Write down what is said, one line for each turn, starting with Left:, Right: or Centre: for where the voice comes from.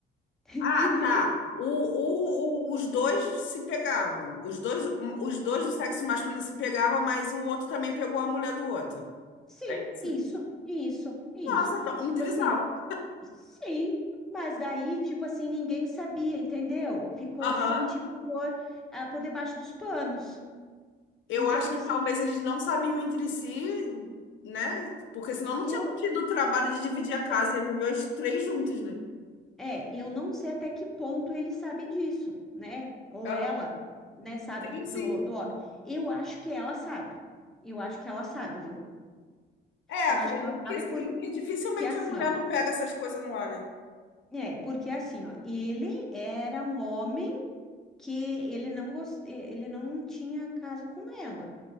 Centre: <laughs>
Left: Ah, tá. O, o, o- os dois se pegavam. Os dois, os dois
Centre: Os-
Left: do sexo masculino se pegavam, mas o outro também pegou a mulher do outro.
Centre: Sim,
Left: É isso?
Centre: isso, isso, isso.
Left: Nossa, tá- um
Centre: Tipo
Left: trisal.
Centre: assim, Sim, mas daí, tipo assim, ninguém sabia, entendeu? Ficou
Left: Aham.
Centre: assim, tipo, por, ah, por debaixo dos panos.
Left: Eu
Centre: Então,
Left: acho que
Centre: assim,
Left: talvez eles não sabiam entre si, né? Porque senão não
Centre: eu
Left: tinha tido o trabalho de dividir
Centre: não sei.
Left: a casa e ia viver os três juntos, né?
Centre: É, eu não sei até que ponto ele sabe disso, né? Ou
Left: Aham.
Centre: ela, né, sabe
Left: Sim,
Centre: do,
Left: sim.
Centre: do óbvio. Eu acho que ela sabe. Eu acho que ela sabe, viu?
Left: É,
Centre: Eu
Left: acredito
Centre: acho que ela
Left: que
Centre: sabe
Left: sim,
Centre: porque
Left: que dificilmente
Centre: assim,
Left: a mulher
Centre: ó.
Left: não pega essas coisas no ar, né?
Centre: É, porque assim, ó, ele era um homem que ele não gost... ele não tinha caso com ela.